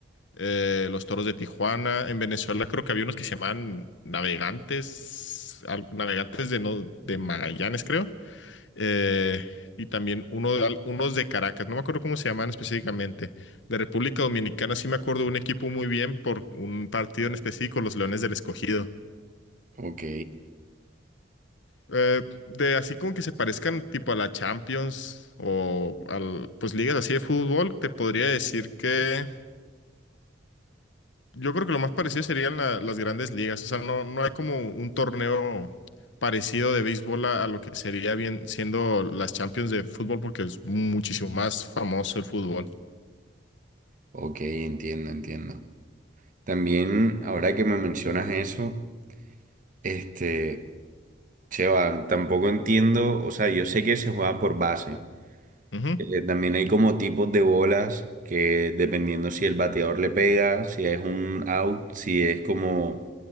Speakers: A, on the left (about 75°); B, on the right (about 45°).
A: eh, los Toros de Tijuana, en Venezuela creo que había unos que se llamaban Navegantes, al- Navegantes de, no, de Magallanes, creo, eh, y también uno, de al- unos de Caracas, no me acuerdo cómo se llaman específicamente. De República Dominicana sí me acuerdo de un equipo muy bien por un partido en específico, los Leones del Escogido.
B: Ok,
A: Eh, de así como que se parezcan tipo a la Champions o al, pues ligas así de fútbol, te podría decir que yo creo que lo más parecido serían la- las grandes ligas. O sea, no, no hay como un torneo parecido de béisbol a, a lo que sería bien siendo las Champions de fútbol porque es muchísimo más famoso el fútbol.
B: ok, entiendo, entiendo. También, ahora que me mencionas eso, este, Cheva, tampoco entiendo, o sea, yo sé que se juega por base,
A: Ujú.
B: Eh, también hay como tipos de bolas que dependiendo si el bateador le pega, si es un out, si es como